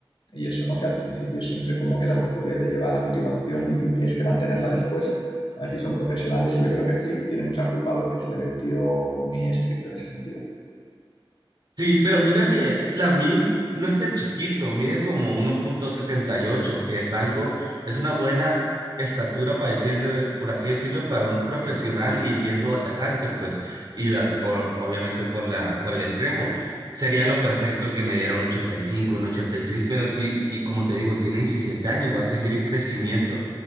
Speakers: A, on the left; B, on the right.
A: y eso, ¿no? Que al principio siempre como que la euforia te lleva a la motivación y tienes que mantenerla después. A ver si son profesionales. Y yo creo que Flick tiene mucha culpa porque se le ve un tío muy estricto en ese sentido.
B: Sí, pero mira que min no es tan chiquito, mide como uno punto setenta y ocho, que es algo, es una buena estatura para decirlo, por así decirlo, para un profesional y siendo atacante, pues, y a- o- obviamente por la, por el extremo. Sería lo perfecto que me diera un 85, un 86, pero sí, ti- como te digo, tiene 17 años, va a seguir en crecimiento.